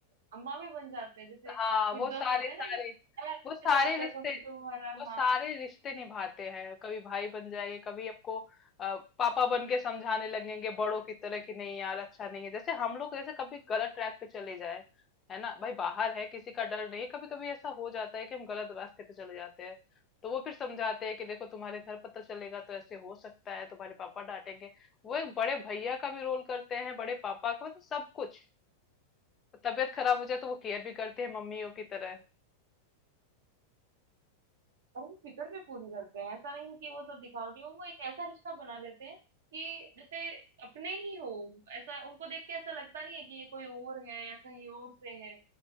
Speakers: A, on the right (about 60°); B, on the left (about 25°).
A: अम्मा भी बन जाते हैं जैसे
B: हाँ
A: कुछ
B: वो
A: दोस्त
B: सारे
A: होते हैं ना
B: सारे
A: कि वो "अरे,
B: वो सारे
A: ध्यान
B: रिश्ते
A: रखोगे तुम्हारा
B: वो सारे
A: हाँ
B: रिश्ते निभाते हैं कभी भाई बन जाएंगे कभी आपको अ, पापा बन के समझाने लगेंगे बड़ों की तरह कि नहीं यार अच्छा नहीं है जैसे हम लोग जैसे कभी गलत ट्रैक पे चले जाए है ना भाई बाहर है किसी का डर नहीं कभी कभी ऐसा हो जाता है कि हम गलत रास्ते पे चले जाते हैं तो वो फिर समझाते हैं कि देखो तुम्हारे घर पता चलेगा तो ऐसे हो सकता है तुम्हारे पापा डांटेंगे वो एक बड़े भैया का भी रोल करते हैं बड़े पापा का मतलब सब कुछ तबीयत खराब हो जाए तो वो केयर भी करते हैं मम्मियों की तरह
A: और वो फिक्र भी पूरी करते हैं ऐसा नहीं कि वो सब दिखावटी हो वो एक ऐसा रिश्ता बना देते हैं कि जैसे अपने ही हो ऐसा उनको देख के ऐसा लगता नहीं है कि ये कोई और है या कहीं और से है